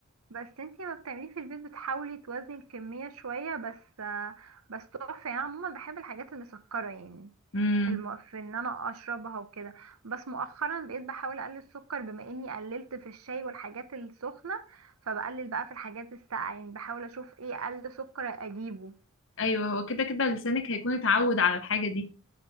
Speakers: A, on the right; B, on the left.
A: بس انتي ما بتعمليه في البيت بتحاولي توازني الكمية شوية بس آه، بس تحفة يعني أنا عموما بحب الحاجات المسكرة يعني
B: امم
A: في الم... في ان انا اشربها وكده بس مؤخرا بقيت بحاول اقلل السكر بما اني قللت في الشاي والحاجات السخنة فبقلل بقى في الحاجات الساقعة يعني بحاول اشوف ايه اقل سكر اجيبه
B: ايوه هو كده كده لسانك هيكون اتعود على الحاجة دي